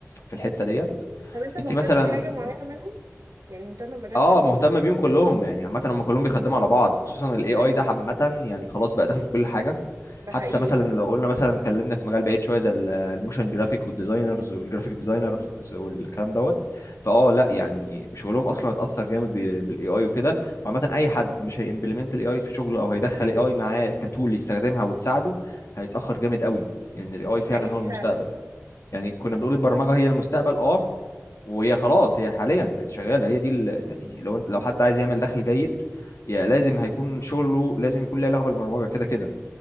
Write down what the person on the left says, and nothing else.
في الحتة ديت
أنت مثلا
اه
مهتم بيهم كلهم يعني عامه هم كلهم بيخدموا على بعض خصوصا الاي اي
ده عامه يعني خلاص بقى داخل في كل حاجه
حتى
مثلا
لو قلنا مثلا اتكلمنا في مجال بعيد شويه زي ال- الموشن جرافيك والديزاينرز والجرافيك ديزاينرز والكلام دوت فاه لا يعني شغلهم اصلا اتاثر جامد بالاي اي وكده وعامه اي حد مش هيمبلمنت الاي اي في شغله او هيدخل الاي اي معاه كتول يستخدمها وتساعده هيتاخر جامد قوي لان يعني الاي اي فعلا
هو المستقبل
يعني كنا بنقول البرمجه هي المستقبل اه وهي خلاص هي حاليا بقت شغاله هي دي ال- يعني لو انت- لو حد عايز يعمل دخل جيد يا لازم هيكون شغله لازم يكون له علاقه بالبرمجه كده كده